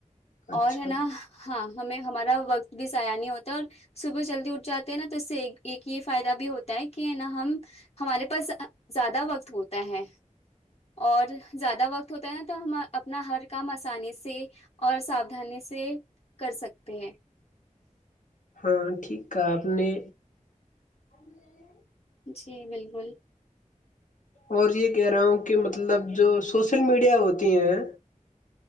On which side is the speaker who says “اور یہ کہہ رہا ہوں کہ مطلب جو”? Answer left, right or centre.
Left